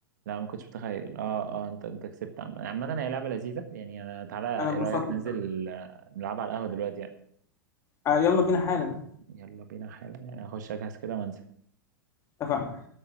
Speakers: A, on the right; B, on the left.
A: لا ما كنتش متخيل اه اه انت انت كسبت عم- عامة هي لعبة لذيذة يعني انا تعالى
B: انا
A: ايه
B: اتبسطت
A: رأيك ننزل
B: بصراحه
A: آه، نلعبها على القهوة دلوقتي يعني
B: آه، يلا بينا حالا
A: يلا بينا حالا يعني هخش اجهز كده وانزل
B: اتفقنا